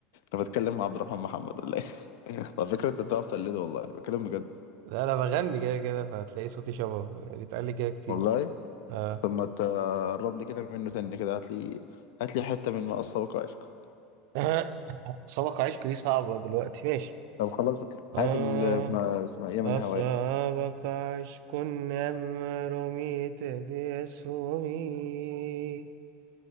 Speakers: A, on the left; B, on the right.
A: انا بتكلم مع عبد الرحمن محمد ولا ايه <laughs> على فكره انت بتعرف تقلده والله بتكلم بجد
B: لا أنا بغني كده كده فهتلاقي صوتي شبهه بيتقال لي كده كتير
A: والله
B: آه.
A: طب ما تقرب لي كده منه تاني كده هات لي هات لي حته من ما اسبق عشق
B: <laughs> <coughs> سبق عشق دي صعبة دلوقتي ماشي
A: طب خلاص
B: آه.
A: هات ال ما اسمها ايه من
B: أصابك
A: هواك
B: عشق أم رميت بأسهمي